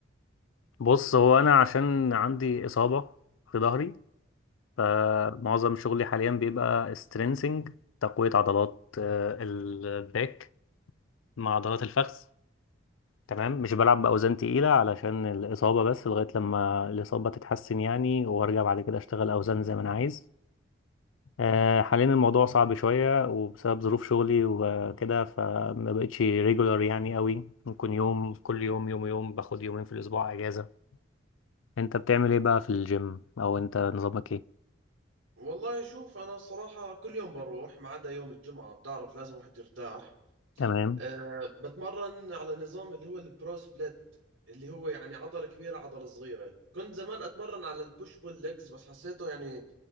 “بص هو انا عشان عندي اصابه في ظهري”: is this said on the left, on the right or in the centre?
Left